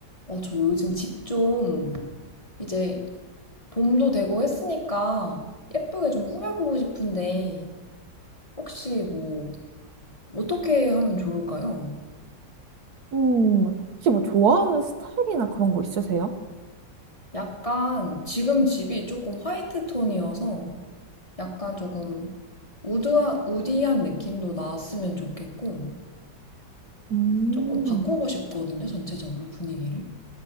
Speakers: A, on the left; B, on the right.
A: 어, 저 요즘 집 좀 이제 봄도 되고 했으니까 예쁘게 좀 꾸며보고 싶은데 혹시 뭐 어떻게 하면 좋을까요?
B: 음, 혹시 뭐 좋아하는 스타일이나 그런 거 있으세요?
A: 약간 지금 집이 조금 화이트 톤이어서 약간 조금 우드한, 우디한 느낌도 나왔으면 좋겠고
B: 음,
A: 조금 바꾸고 싶거든요, 전체적으로 분위기를.